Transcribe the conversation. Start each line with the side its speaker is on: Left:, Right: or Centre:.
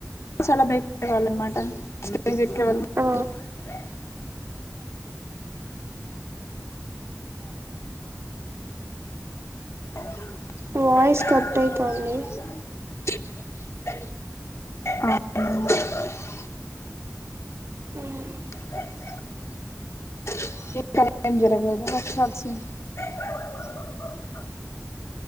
Left: చాలా భయపడేవాలన్నమాట <unintelligible>
Right: ఆ
Left: <inaudible>
Right: వాయిస్ కట్ అయితుంది
Left: ఆ
Right: హ్మ్
Left: <unintelligible>